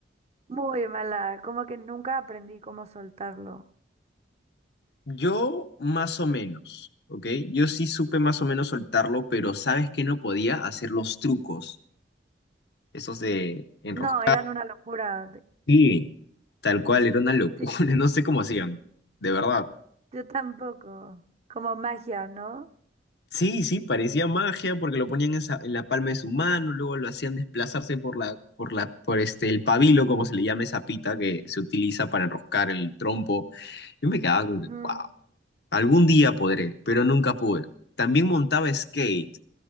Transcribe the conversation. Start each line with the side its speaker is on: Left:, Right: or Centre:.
Right: muy mala, como que nunca aprendí cómo soltarlo.
Left: Yo más o menos, ¿ok? Yo sí supe más o menos soltarlo, pero sabes que no podía hacer los trucos, esos de enroscar.
Right: No, eran una locura. de-
Left: Sí, tal cual, era una locura,
Right: Sí,
Left: <laughs>
Right: sí,
Left: no sé
Right: sí.
Left: cómo hacían, de verdad.
Right: Yo tampoco, como magia, ¿no?
Left: Sí, sí, parecía magia porque lo ponían en, sa- en la palma de su mano, luego lo hacían desplazarse por la, por la, por este, el pabilo, como se le llama esa pita que se utiliza para enroscar el trompo. Yo me quedaba como
Right: Ujú.
Left: que, wow, algún día podré, pero nunca pude. También montaba skate.